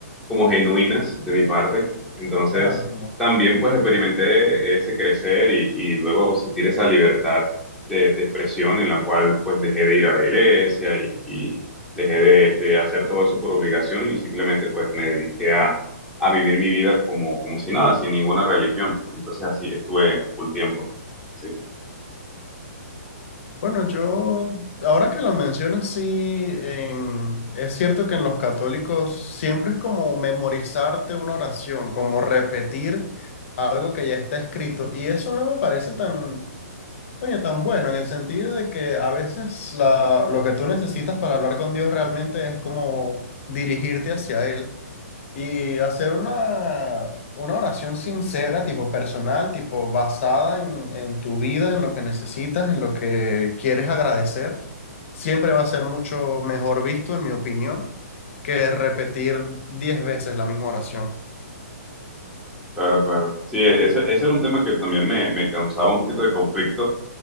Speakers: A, in the centre; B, on the left (about 50°).
A: como genuinas de mi parte. Entonces
B: Claro, claro.
A: también pues experimenté ese crecer y, y luego sentir esa libertad de, de expresión en la cual pues dejé de ir a la iglesia y y- dejé de, de hacer todo eso por obligación y simplemente pues me dediqué a, a vivir mi vida como, como si nada, sin ninguna religión. Entonces así estuve full tiempo. Sí,
B: Bueno, yo, ahora que lo mencionas, sí, en- es cierto que en los católicos siempre es como memorizarte una oración, como repetir algo que ya está escrito. Y eso no me parece tan, coño, tan bueno, en el sentido de que a veces la- lo que tú necesitas para hablar con Dios realmente es como dirigirte hacia Él y hacer una, una oración sincera, tipo personal, tipo basada en, en tu vida, en lo que necesitas, en lo que quieres agradecer, siempre va a ser mucho mejor visto, en mi opinión, que repetir 10 veces la misma oración.
A: claro, claro. Sí, e, ese, ese era un tema que también me, me causaba un poquito de conflicto